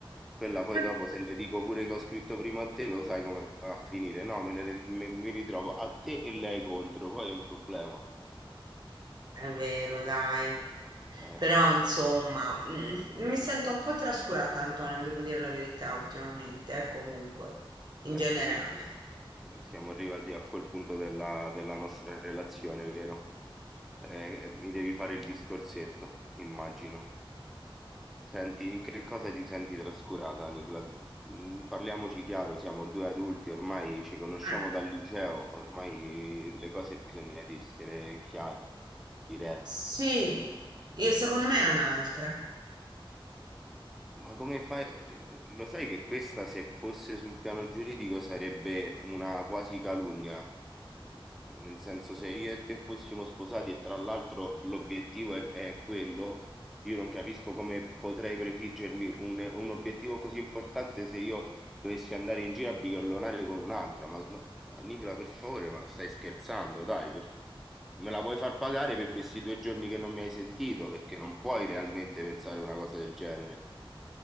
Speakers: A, in the centre; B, on the right.
A: quella poi
B: Eh.
A: dopo se le dico pure che ho scritto prima a te lo sai come va a finire, no, me ne, me- mi ritrovo a te e lei contro, poi è un problema.
B: È vero, dai.
A: Eh,
B: Però insomma, mm, mi sento un po' trascurata, Antonio, devo dire la verità ultimamente, eh, comunque, in
A: eccoci,
B: generale.
A: siamo arrivati a quel punto della della nostra relazione, vero? Eh, eh, mi devi fare il discorsetto, immagino. Senti, in che cosa ti senti trascurata, Nicola? Mm, Parliamoci chiaro, siamo due adulti, ormai ci conosciamo
B: Ah,
A: dal liceo, ormai le cose bisogna dirsele chiare, dirette.
B: sì, io- secondo me è un'altra.
A: Ma come fai? cioè, Lo sai che questa, se fosse sul piano giuridico, sarebbe una quasi calunnia. Nel senso, se io e te fossimo sposati e tra l'altro l'obiettivo è, è quello, io non capisco come potrei prefiggermi un, un obiettivo così importante se io dovessi andare in giro a bighellonare con un'altra. Ma, ma ma Nicola, per favore, ma stai scherzando? Dai, per- me la vuoi far pagare per questi due giorni che non mi hai sentito? Perché non puoi realmente pensare una cosa del genere.